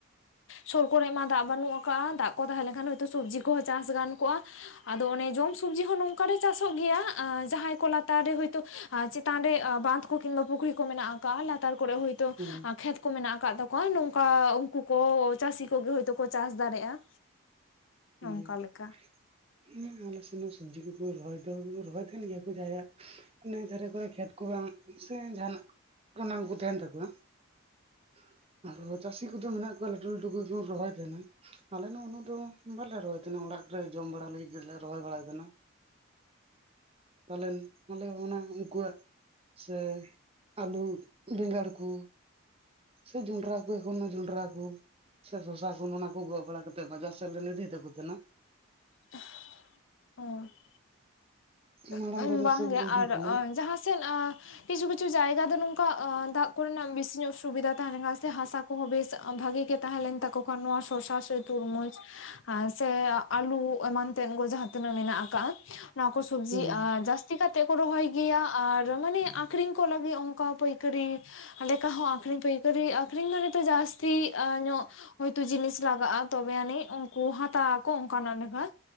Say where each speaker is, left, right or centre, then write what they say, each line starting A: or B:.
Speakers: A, on the left; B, on the right.
A: ᱥᱳᱨ ᱠᱚᱨᱮ ᱢᱟ ᱫᱟᱜ ᱵᱟᱹᱱᱩᱜ ᱠᱟᱜᱼᱟ ᱫᱟᱜ ᱠᱚ ᱛᱟᱦᱮᱸ ᱞᱮᱱ ᱠᱷᱟᱱ ᱦᱚᱭᱛᱳ ᱥᱚᱵᱡᱤ ᱠᱚᱦᱚᱸ ᱪᱟᱥ ᱜᱟᱱ ᱠᱚᱜᱼᱟ᱾ ᱟᱫᱚ ᱚᱱᱮ ᱡᱚᱢ ᱥᱚᱵᱡᱤ ᱦᱚᱸ ᱱᱚᱝᱠᱟ ᱨᱮ ᱪᱟᱥᱚᱜ ᱜᱮᱭᱟ ᱟ ᱡᱟᱦᱟᱸᱭ ᱠᱚ ᱞᱟᱛᱟᱨ ᱨᱮ ᱦᱚᱭᱛᱳ ᱟ ᱪᱮ ᱛᱟᱱ ᱨᱮ ᱵᱟᱸᱷ ᱠᱚ ᱠᱤᱝᱵᱟ ᱯᱩᱠᱷᱨᱤ ᱠᱚ ᱢᱮᱱᱟᱜ ᱠᱟᱜᱼᱟ ᱞᱟᱛᱟᱨ ᱠᱚᱨᱮ ᱦᱳᱭᱛᱚ
B: ᱦᱩᱸ
A: ᱮᱸ ᱠᱷᱮᱛ ᱠᱚ ᱢᱮᱱᱟᱜ ᱟᱠᱟᱫ ᱛᱟᱠᱚᱣᱟ, ᱱᱚᱝᱠᱟ ᱩᱱᱠᱩ ᱠᱚ ᱪᱟᱹᱥᱤ ᱠᱚᱜᱮ ᱦᱳᱭᱛᱚ ᱠᱚ ᱪᱟᱥ ᱫᱟᱲᱮᱭᱟᱜᱼᱟ᱾
B: <inaudible>
A: ᱱᱚᱝᱠᱟ ᱞᱮᱠᱟ
B: ᱦᱩᱸ ᱟᱞᱮ ᱥᱮᱱ ᱦᱚᱸ ᱥᱚᱵᱽᱡᱤ ᱠᱚᱠᱚ ᱨᱚᱦᱚᱭ ᱫᱚ ᱨᱚᱦᱚᱭ ᱛᱟᱦᱮᱱ ᱜᱮᱭᱟ ᱠᱚ ᱡᱟᱦᱟᱸᱭᱟᱜ ᱱᱟᱹᱭ ᱫᱷᱟᱨᱮ ᱠᱚᱨᱮ ᱠᱷᱮᱛ ᱠᱚ ᱵᱟᱝ ᱥᱮ ᱡᱟᱦᱟᱱᱟᱜ <unintelligible> ᱛᱟᱸᱦᱮᱱ ᱛᱟᱠᱚᱣᱟ᱾ <inaudible> ᱟᱨᱦᱚᱸ ᱪᱟᱹᱥᱤ ᱠᱚᱫᱚ ᱢᱮᱱᱟᱜ ᱠᱚᱣᱟ ᱞᱟᱹᱴᱩ ᱞᱟᱹᱴᱩ ᱠᱚᱜᱮ ᱠᱚ ᱨᱚᱦᱚᱭ ᱛᱟᱦᱮᱱᱟ ᱟᱞᱮ ᱫᱚ ᱩᱱᱟᱹᱜ ᱫᱚ ᱵᱟᱞᱮ ᱨᱚᱦᱚᱭ ᱛᱟᱦᱮᱱᱟ ᱚᱲᱟᱜ ᱠᱚᱨᱮ ᱡᱚᱢ ᱵᱟᱲᱟ ᱞᱟᱹᱜᱤᱫ ᱜᱮᱞᱮ ᱨᱚᱦᱚᱭ ᱵᱟᱲᱟᱭ ᱛᱟᱦᱮᱱᱟ᱾ ᱯᱟᱞᱮᱱ ᱟᱞᱮ ᱚᱱᱟ ᱩᱱᱠᱩᱣᱟᱜ ᱥᱮ ᱟᱹᱞᱩ ᱵᱮᱸᱜᱟᱲ ᱠᱚ ᱥᱮ ᱡᱚᱱᱰᱨᱟ ᱠᱚ ᱮᱠᱷᱚᱱ ᱡᱚᱱᱰᱨᱟ ᱠᱚ ᱥᱮ ᱥᱚᱥᱟ ᱠᱚ ᱚᱱᱟ ᱠᱚ ᱜᱚᱜ ᱵᱟᱲᱟ ᱠᱟᱛᱮ ᱵᱟᱡᱟᱨ ᱛᱟᱦᱞᱮ <unintelligible> ᱛᱟᱠᱚ ᱛᱟᱦᱮ ᱠᱟᱱᱟ
A: ᱸ <unintelligible>
B: ᱢᱟᱨᱟᱝ
A: ᱩᱸᱜ
B: ᱵᱟᱡᱟᱨ
A: ᱵᱟᱝᱜᱮ
B: ᱥᱮᱫ ᱜᱮᱞᱮ
A: ᱟᱨ
B: ᱤᱫᱤ ᱛᱟᱦᱮᱱᱟ
A: ᱡᱟᱦᱟᱸ ᱥᱮᱫ ᱠᱤᱪᱷᱩ ᱠᱤᱪᱷᱩ ᱡᱟᱭᱜᱟ ᱫᱚ ᱱᱚᱝᱠᱟ ᱫᱟᱜ ᱠᱚᱨᱮᱱᱟᱜ ᱵᱤᱥᱤ ᱧᱚᱜ ᱥᱩᱵᱤᱫᱷᱟ ᱛᱟᱦᱮᱱᱟ ᱥᱮ ᱦᱟᱥᱟ ᱠᱚᱦᱚᱸ ᱵᱮᱥ ᱵᱷᱟᱜᱤ ᱜᱮ ᱛᱟᱦᱮᱸ ᱞᱮᱱ ᱛᱟᱠᱚ ᱠᱷᱟᱱ ᱱᱚᱣᱟ ᱥᱚᱥᱟ ᱥᱮ ᱛᱩᱨᱢᱩᱡᱽ ᱥᱮ ᱟᱹᱞᱩ ᱮᱢᱟᱱ ᱛᱮᱱ ᱠᱚ ᱡᱟᱦᱟᱸ ᱛᱤᱱᱟᱹᱜ ᱢᱮᱱᱟᱜ ᱟᱠᱟᱜ ᱚᱱᱟ ᱠᱚ ᱥᱚᱵ ᱡᱤ
B: ᱦᱩᱸ
A: ᱡᱟᱹᱥᱛᱤ ᱠᱟᱛᱮᱜ ᱠᱚ ᱨᱚᱦᱚᱭ ᱜᱮᱭᱟ ᱟᱨ ᱢᱟᱱᱮ ᱟᱹᱠᱷᱨᱤᱧ ᱠᱚ ᱞᱟᱹᱜᱤᱫ ᱚᱱᱠᱟ ᱯᱟᱹᱭᱠᱟᱹᱨᱤ ᱞᱮᱠᱟ ᱦᱚᱸ ᱟᱹᱠᱷᱨᱤᱧ ᱯᱟᱹᱭᱠᱟᱹᱨᱤ ᱟᱹᱠᱷᱨᱤᱧ ᱢᱟ ᱱᱤᱛᱚᱜ ᱡᱟᱹᱥᱛᱤ ᱧᱚᱜ ᱦᱳᱭᱛᱳ ᱡᱤᱱᱤᱥ ᱞᱟᱜᱟᱜ-ᱟ ᱛᱚᱵᱮ ᱟᱹᱱᱤᱡ ᱩᱱᱠᱩ ᱦᱟᱛᱟᱣ ᱟᱠᱚ ᱚᱱᱠᱟᱱᱟᱜ ᱞᱮᱠᱟ